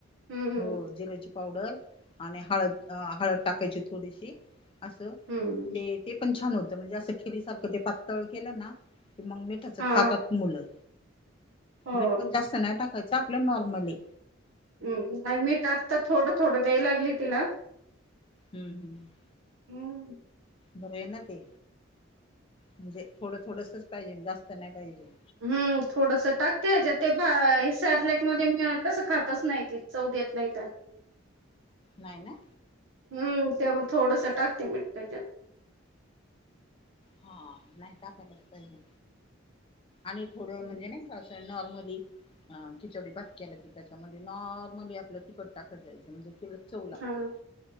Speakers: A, on the right (about 80°); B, on the left (about 25°).
A: हम्म
B: हो जिऱ्याची पावडर आणि हळद, हळद टाकायची थोडीशी असं
A: हम्म
B: ते ते पण छान होतं, म्हणजे असं खीरीसारखं ते पातळं केलं ना मग मिठाचा
A: हा
B: खातात की मुलं,
A: हो
B: मीठ पण जास्त नाय टाक तसं आपलं नॉर्मल हे.
A: हम्म, नाही मीठ आता थोडं थोडं द्याय लागलेय तिला
B: हम्म.
A: हम्म
B: बरे आहे ना ते, म्हणजे थोडं थोडसच पाहिजे जास्त नाय पाहिजे.
A: हम् थोडस टाकते हच्यात ते बा सॅरलॅक मध्ये मी तसं खातच नाही ती चौ देत नाही त्यात
B: नाही ना.
A: हम्म ते मग थोडसं टाकते मीठ तेच्यात.
B: हा नाही टाकायलाच पाहिजे आणि थोड म्हणजे
A: हम्म.
B: नाही का असं नॉर्मल ली आ खिचडी भात केला की, त्याच्यामध्ये नॉर्मली आपलं तिखट टाकत जायचं म्हणजे त्याला चव लागती,
A: हा